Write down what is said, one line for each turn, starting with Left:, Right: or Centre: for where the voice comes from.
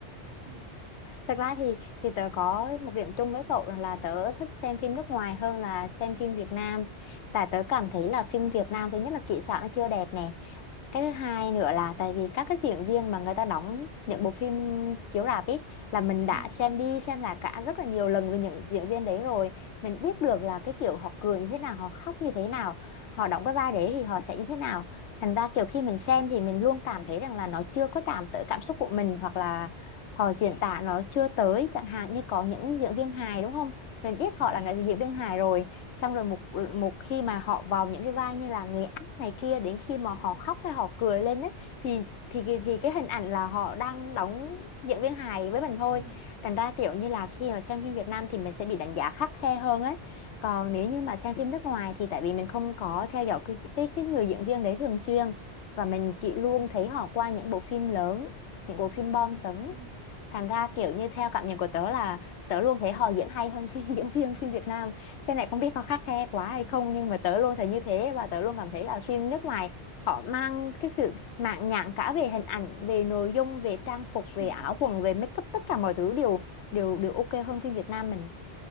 Right: ừ
Left: Thật ra thì thì tớ có một điểm chung với cậu rằng là tớ thích xem phim nước ngoài hơn là xem phim Việt Nam. Tại tớ cảm thấy là phim Việt Nam thứ nhất là kỹ xảo nó chưa đẹp nè. Cái thứ hai nữa là tại vì các cái diễn viên mà người ta đóng những bộ phim chiếu rạp ấy là mình đã
Right: ừ
Left: xem đi xem lại cả rất là nhiều lần về những diễn viên đấy rồi. Mình biết được
Right: ừ
Left: là cái kiểu họ cười như thế nào, họ khóc như thế nào, họ đóng cái vai đấy thì họ sẽ như thế nào. Thành ra kiểu khi mình xem thì mình luôn cảm thấy rằng là nó chưa có chạm tới cảm xúc của mình hoặc là họ diễn tả nó chưa tới chẳng hạn như có những diễn viên hài đúng không mình biết họ
Right: ừ
Left: là người diễn viên hài rồi xong rồi một một khi mà họ vào những cái vai như là người ác này kia đến khi mà họ khóc hay họ cười lên ấy, thì thì thì thì cái hình ảnh là họ đang đóng diễn viên hài với mình thôi
Right: ừ ừ
Left: thành ra kiểu như là khi mà xem phim Việt Nam thì mình sẽ bị đánh giá khắt khe hơn ấy còn nếu như mà xem phim nước ngoài thì tại vì mình không có theo dõi cái cái, cái người diễn viên đấy thường xuyên và mình chỉ luôn thấy họ qua những bộ phim lớn những bộ phim bom tấn
Right: ừ,
Left: thành ra kiểu như theo cảm nhận của tớ là tớ luôn thấy họ diễn hay hơn phim <laughs> diễn viên phim Việt Nam cái này không biết có khắt khe quá hay không nhưng mà tớ luôn thấy như thế và tớ luôn cảm thấy là phim nước ngoài họ mang cái sự mãn nhãn cả về hình ảnh về nội dung về trang phục về
Right: ừ.
Left: áo quần về make up tất cả mọi thứ đều đều đều ok hơn phim Việt Nam mình